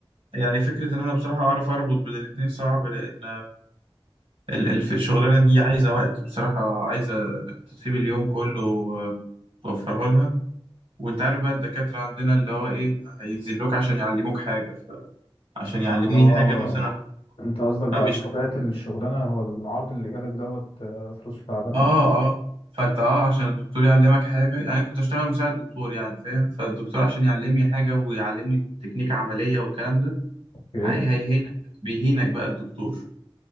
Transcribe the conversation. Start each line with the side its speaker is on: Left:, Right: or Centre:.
Right: يعني فكرة إن أنا بصراحة أعرف أربط بين الاتنين صعب لأن ال- ال- في الشغلانة دي عايزة وقت بصراحة عايزة إنك تسيب اليوم كله آه، توفره لها وأنت عارف بقى الدكاترة عندنا اللي هو إيه هينزلوك عشان يعلموك حاجة ف... عشان يعلموني
Left: اه
Right: حاجة مثلا
Left: انت قصدك بقى
Right: فبيشرح
Left: في طبيعة الشغلانة هو العرض اللي جالك دوت آه، فلوس تعبانة
Right: آه آه فأنت آه عشان الدكتور يعلمك حاجة يعني كنت أشتغل مساعد دكتور يعني فاهم فالدكتور عشان يعلمني حاجة ويعلمني تكنيك عملية والكلام ده
Left: اوكي
Right: هي هيهينك بيهينك بقى الدكتور